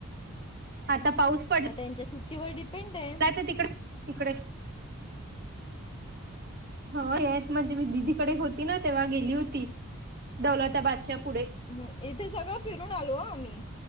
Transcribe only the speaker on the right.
आता पाऊस पड
काय तर तिकड तिकडे हो हेच म्हणजे मी दिदीकडे होती ना तेव्हा गेली होती दौलताबादच्या पुढे